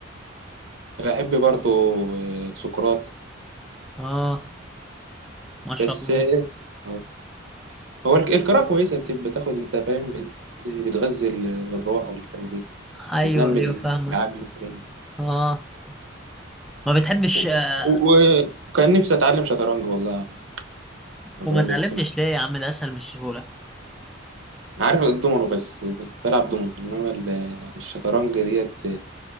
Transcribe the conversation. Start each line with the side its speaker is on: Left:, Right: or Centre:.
Right: بحب برضو آه، سقراط
Centre: اه ما شاء
Right: بس
Centre: الله
Right: آه، هو الك- القراءة كويسة بتبقى تاخد انت فاهم بت- بتغذي ال- الروح والح- وبت-
Centre: ايوه
Right: وتنمي
Centre: ايوه فاهمك
Right: العقل والحاجات دي
Centre: اه ما بتحبش
Right: و-
Centre: آه،
Right: و- وكان نفسي اتعلم شطرنج والله يا
Centre: وما
Right: ابراهيم
Centre: اتعلمتش
Right: بس
Centre: ليه يا عم ده اسهل من السهوله
Right: عارف الدومينو بس بلعب دومينو انما ال- الشطرنج ديت